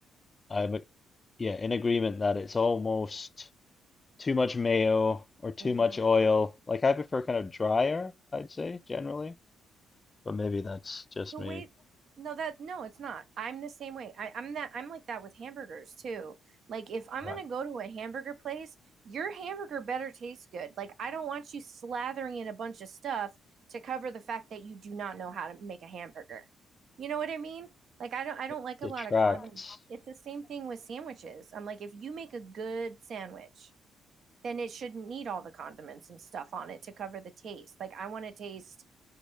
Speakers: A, on the left; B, on the right.
A: I'm, yeah, in agreement that it's almost. too much mayo or too
B: hmm
A: much oil. Like I prefer kind of drier, I'd say generally, but maybe that's just
B: The
A: me.
B: wait, no, that no, it's not. I'm the same way. I, I'm that I'm like that with hamburgers too. Like if I'm
A: Right.
B: gonna go to a hamburger place, your hamburger better taste good. Like I don't want you slathering in a bunch of stuff to cover the fact that you do not know how to make a hamburger. You know what I mean? Like I don't I
A: It
B: don't like
A: detracts.
B: a lot of condiments. It's the same thing with sandwiches. I'm like, if you make a good sandwich, then it shouldn't need all the condiments and stuff on it to cover the taste. Like I want to taste